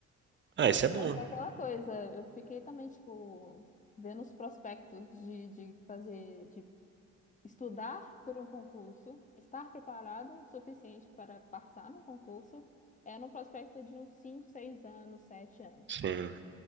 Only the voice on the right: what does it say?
Ah, isso é bom.
Sim.